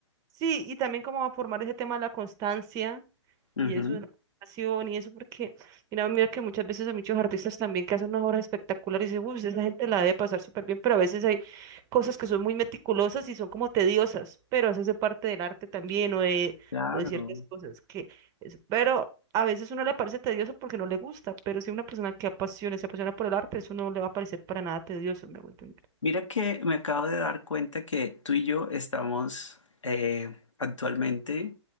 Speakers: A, on the right; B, on the left.
A: Sí, y también como a formar ese tema de la constancia
B: Ujú,
A: y eso de la pasión y eso, porque mira, mira que muchas veces hay muchos artistas también que hacen unas obras espectaculares y dicen, uy, esa gente la debe pasar súper bien, pero a veces hay cosas que son muy meticulosas y son como tediosas, pero eso hace parte del arte también o de,
B: claro.
A: o de ciertas cosas que, es- pero a veces uno le parece tedioso porque no le gusta, pero si una persona que apasiona, se apasiona por el arte, eso no le va a parecer para nada tedioso, me voy a entender.
B: Mira que me acabo de dar cuenta que tú y yo estamos eh, actualmente